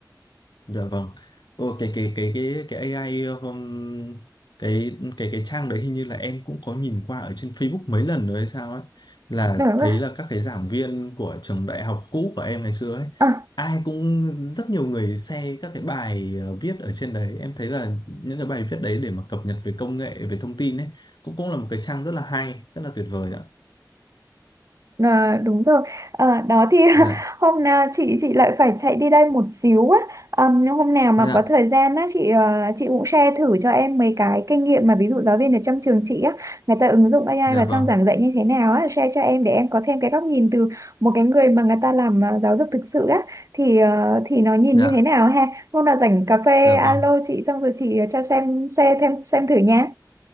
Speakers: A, on the left; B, on the right.
A: Dạ vâng. Ồ, cái cái cái cái cái AI um, cái cái cái trang đấy hình như là em cũng có nhìn qua ở trên Facebook mấy lần rồi hay sao ấy là
B: đúng
A: thấy
B: không
A: là các cái giảng viên của trường đại học cũ của em ngày xưa ấy
B: ạ
A: ai cũng rất nhiều người share các cái bài ờ, viết ở trên đấy em thấy là những cái bài viết đấy để mà cập nhật về công nghệ về thông tin ấy cũng cũng là một cái trang rất là hay rất là tuyệt vời ạ
B: À, đúng rồi Ờ, đó thì <laughs>
A: dạ
B: hôm nào chị chị lại phải chạy đi đây một xíu á Ờ, nhưng hôm nào mà
A: dạ
B: có thời gian á chị ờ, chị cũng share thử cho em mấy cái kinh nghiệm mà ví dụ giáo viên ở trong trường chị á người ta ứng dụng AI
A: dạ
B: vào
A: vâng
B: trong giảng dạy như thế nào á share cho em để em có thêm cái góc nhìn từ một cái người mà người ta làm ờ, giáo dục thực sự á thì ờ, thì nó nhìn
A: dạ
B: như thế nào ha hôm nào rảnh cà phê
A: dạ
B: alo
A: vâng
B: chị xong rồi chị cho xem share thêm xem thử nha